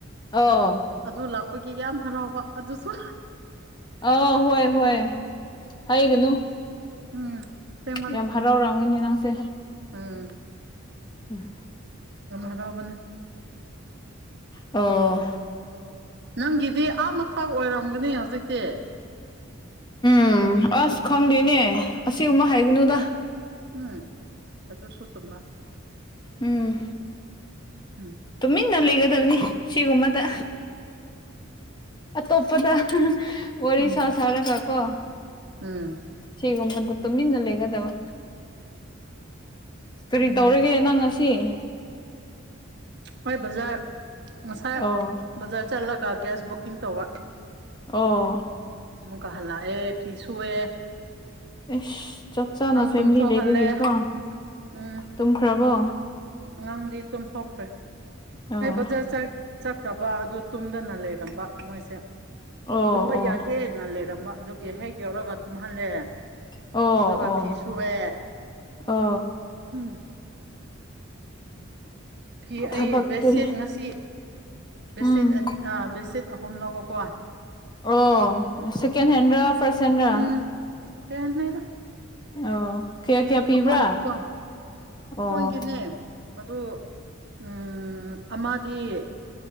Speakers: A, on the left; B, on the right.
A: ꯑꯣ
B: ꯑꯗꯨ ꯂꯥꯛꯄꯒꯤ ꯌꯥꯝ ꯍꯔꯥꯎꯕ ꯑꯗꯨꯁꯨ
A: ꯑꯥ ꯍꯣꯏ ꯍꯣꯏ ꯍꯥꯏꯒꯅꯨ
B: ꯎꯝ ꯎꯝ ꯑꯁꯦꯡꯕꯅꯦ
A: ꯌꯥꯝ ꯍꯔꯥꯎꯔꯝꯒꯤꯅꯦ ꯅꯪꯁꯦ
B: ꯎꯝ
A: ꯎꯝ
B: ꯑꯔꯣꯕꯅ
A: ꯑꯣ
B: ꯅꯪꯒꯤꯗꯤ ꯑꯥꯞ ꯃꯊꯛ ꯑꯣꯏꯔꯝꯒꯅꯤ ꯍꯧꯖꯤꯛꯇꯤ
A: ꯎꯝ ꯑꯁ ꯈꯪꯗꯦꯅꯦ ꯑꯁꯤꯒꯨꯝꯕ ꯍꯥꯏꯒꯅꯨꯗ
B: ꯎꯝ ꯑꯗꯨꯗꯁꯨꯣ ꯆꯗ
A: ꯎꯝ
B: ꯎꯝ
A: ꯇꯨꯃꯤꯟꯅ ꯂꯩꯒꯗꯕꯅꯤ ꯁꯤꯒꯨꯝꯕꯗ ꯑꯇꯣꯞꯄꯗ ꯋꯥꯔꯤ
B: ꯎꯝ
A: ꯁꯥ ꯁꯥꯔꯒ ꯀꯣ
B: ꯎꯝ
A: ꯁꯤꯒꯨꯝꯕꯗ ꯇꯨꯃꯤꯟꯅ ꯂꯩꯒꯗꯕ ꯀꯔꯤ
B: ꯁꯦꯡꯕꯅꯦ
A: ꯇꯧꯔꯒꯦ ꯅꯪ ꯉ ꯆꯦ
B: ꯍꯣꯏ ꯕꯖꯥꯔ ꯉꯁꯥꯏ
A: ꯑꯣ
B: ꯕꯖꯥꯔ ꯆꯠꯂꯒ ꯒ꯭ꯌꯥꯁ ꯕꯨꯛꯀꯤꯡ ꯇꯧꯕ
A: ꯑꯣ
B: ꯑꯃꯨꯛ ꯀꯥ ꯍꯜꯂꯥꯛ ꯑꯦ ꯄꯤꯁꯨꯨꯑ
A: ꯑꯦꯁ ꯆꯞ ꯆꯥꯅ ꯐꯦꯃꯤꯂꯤ
B: ꯇꯨꯝꯊꯣꯛꯍꯜꯂꯦ
A: ꯂꯩꯕꯒꯤꯀꯣ
B: ꯎꯝ
A: ꯇꯨꯝꯈ꯭ꯔꯕꯣ
B: ꯑꯉꯥꯡꯗꯤ ꯇꯨꯝꯊꯣꯛꯈ꯭ꯔꯦ
A: ꯑꯣ
B: ꯑꯩ ꯕꯖꯥꯔ ꯆꯠꯈ꯭ꯔꯕ ꯑꯗꯨ ꯇꯨꯝꯗꯅ ꯂꯩꯔꯝꯕ ꯃꯣꯏꯁꯦ
A: ꯑꯣ
B: ꯇꯨꯝꯕ
A: ꯑꯣ
B: ꯌꯥꯗꯦꯅ ꯂꯩꯔꯝꯕ ꯑꯗꯨꯒꯤ ꯍꯦꯛ ꯌꯧꯔꯒ ꯇꯨꯝꯍꯜꯂꯦ
A: ꯑꯣ ꯑꯣ
B: ꯑꯗꯨꯒ ꯐꯤꯁꯨꯋꯦ
A: ꯑꯣ
B: ꯎꯝ ꯐꯤ
A: ꯊꯕꯛꯇꯤ
B: ꯑꯩ ꯕꯦꯠꯁꯤꯠ ꯉꯁꯤ ꯕꯦꯠꯁꯤꯠ
A: ꯎꯝ
B: ꯕꯦꯠꯁꯤꯠ ꯑꯍꯨꯝ ꯅꯕ ꯀꯣꯋꯥ
A: ꯑꯣ ꯁꯀꯦꯟ ꯍꯦꯟ ꯔ ꯐꯥꯔꯁ ꯍꯦꯟ ꯔ
B: ꯎꯝ ꯀꯩ ꯍꯥꯏꯅꯤꯗ
A: ꯑꯣ ꯀꯌꯥ ꯀꯌꯥ ꯄꯤꯕ꯭ꯔꯥ
B: ꯀꯣꯇꯣꯟꯒꯤꯀꯣ ꯀꯣꯇꯣꯟꯒꯤꯅꯦ
A: ꯑꯣ
B: ꯑꯗꯨ ꯎ ꯑꯃꯗꯤ